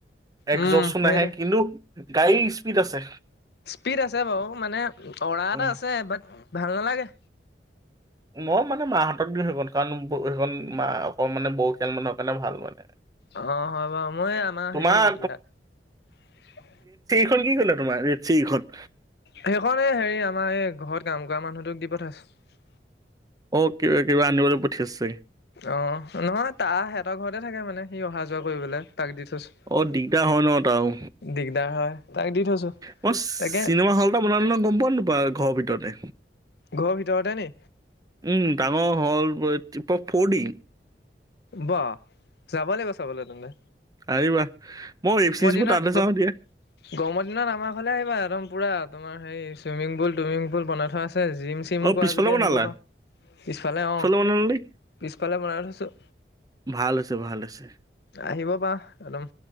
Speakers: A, on the right; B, on the left.
A: একজচো
B: উম সেইটোৱে
A: নাহে কিন্তু গাড়ীৰ স্পীড আছে।
B: স্পীড আছে বাৰু মানে অৰা
A: উম
B: এটা আছে বাট ভাল নালাগে।
A: মই মানে মাহঁতক দিওঁ সেইখন কাৰণ সেইখন মা অক মানে বয়খীয়াল মানুহৰ কাৰণে ভাল মানে।
B: অ', হয় বাৰু মই এই আমাৰ
A: তোমাৰ
B: সেইয়া
A: খন কি কৰিলা তোমাৰ <unintelligible> খন?
B: সেইখন এই হেৰি আমাৰ এই ঘৰত কাম কৰা মানুহটোক দি পঠাইছো।
A: অ', কি কিবা আনিবলৈ পঠিয়াইছে?
B: অ', নহয় তাৰ সিহঁতৰ ঘৰতে থাকে মানে সি অহা যোৱা কৰিবলৈ। তাক দি থৈছো
A: অ দিগদাৰ হয় ন তাৰো
B: দিগদাৰ হয়। তাক দি থৈছো
A: মই
B: তাকে
A: চিনেমা হল এটা বনাম নহয় গম পোৱা নোপোৱা ঘৰৰ ভিতৰতে।
B: ঘৰৰ ভিতৰতে নি
A: উম, ডাঙৰ হ'ল টিপ টপ ফ'ৰ ডি।
B: বাহ যাব লাগিব চাবলৈ তেন্তে।
A: আহিবা মই এইফ চিজ
B: গৰমৰ দিনত
A: বোৰ তালে যাওঁ দিয়ে
B: গৰমৰ দিনত আমাৰ ঘৰলেই আহিবা একদম পুৰা তোমাৰ হেৰি চুইমিং পুল টুইমিং পুল বনাই থোৱা আছে। আছে জিম চিমো
A: অ'
B: কৰা
A: পিছফালে
B: যদি
A: বনালা?
B: আহিব পাৰা। পিছফালে অ',
A: বনালা নে?
B: পিছফালে বনাই থৈছো।
A: ভাল হৈছে ভাল হৈছে।
B: আহিব পাৰা একদম